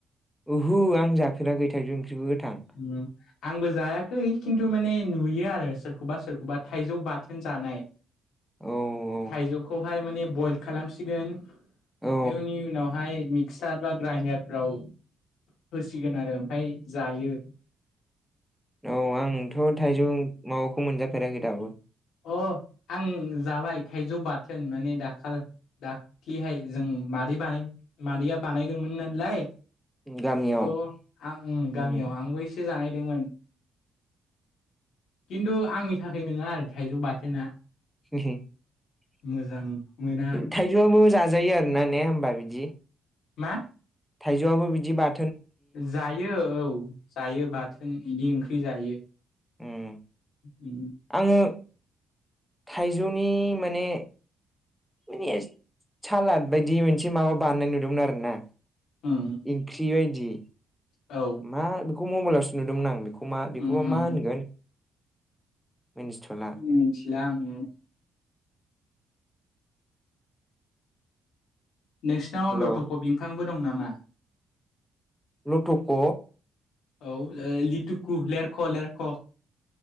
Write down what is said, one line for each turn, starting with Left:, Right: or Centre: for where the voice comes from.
Centre: ओहु आं जाफेराखै थाइजौ ओंख्रिखौ गोथां।
Left: उम आंबो जायाखै खिन्थु माने नुयो आरो सोरखौबा सोरखौबा थाइजौ बाथोन जानाय।
Centre: औ औ
Left: थायजौखौ हाय मेने बइल खालामसिगोन।
Centre: औ
Left: एउनि उनावहाय- मिथिसाड फ्रा ग्राइन्दारफ्राव होसिगोन आरो ओमफ्राय जायो।
Centre: औ आंथ' थाइजौ माव- खौ मोनजाफेराखै दाबो।
Left: अ आं जाबाय थाइजौ बाथोन माने दाखाल दाख्लिहाय जों मादै बानाय मादैया बानायदोंमोन नालाय!
Centre: गामियाव
Left: थ' आं
Centre: उम
Left: गामियाव आंबो एसे जानाय- गोमोन- खिन्थु आंनि थाखाय नङा आरो थाइजौ बाथोना!
Centre: <unintelligible>
Left: मोजां मोना
Centre: थायजौ आबो जा जायो आरोना ने होमबा बिदि
Left: मा
Centre: थाइजौआबो बिदि बार
Left: जायो औ जायो बा थोन बिदि ओंख्रि जायो
Centre: उम
Left: उ
Centre: आङो थाइजौनि माने माने सालाद बायदि मोनसे माबा बानायनाय नुदोंमोन आरो ना
Left: ओं
Centre: इख्रि बायदि
Left: औ
Centre: मा खौ मबाइलसो नुदोंमोन आं बेखौ खौ मा बेखौबोा
Left: उम उम
Centre: मा होनगोन मिन्थिथ'ला
Left: मिथिला आङो नोंसिनाव
Centre: हेलौ
Left: लथ' बिफांबो दं नामा
Centre: लुथुख'
Left: औ लिथिखु लेरख लेरख आ